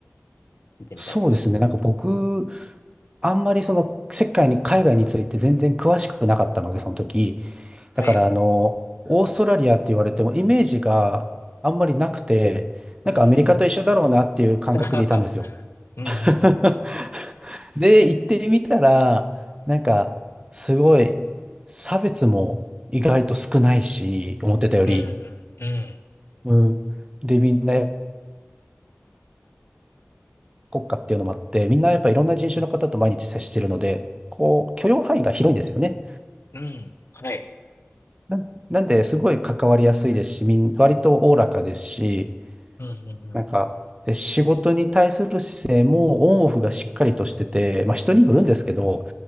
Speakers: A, on the left; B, on the right.
A: 聞いてみたいです。
B: そうですね。なんか僕、あんまりその世界に、海外について全然詳しくなかったので、その時。だからあの、
A: はい。
B: オーストラリアって言われてもイメージがあんまりなくて、なんかアメリカと一緒だろうなっていう感覚でいたんですよ。
A: うんうん。<laughs> うんうんうん。
B: <laughs> で、行ってみたら、なんかすごい差別も意外と少ないし、思ってたより。
A: うん、うん、
B: うん。で、みんな国家っていうのもあって、みんなやっぱいろんな人種の方と毎日接してるので、
A: うん、
B: こう許容範囲が広いんですよね。
A: うん、はい。
B: な、なんで、すごい関わりやすいですし、みん、割とおおらかですし、
A: うん、うん、うん、
B: なんか、で、仕事に対する姿勢もオンオフがしっかりとしてて、まあ人によるんですけど、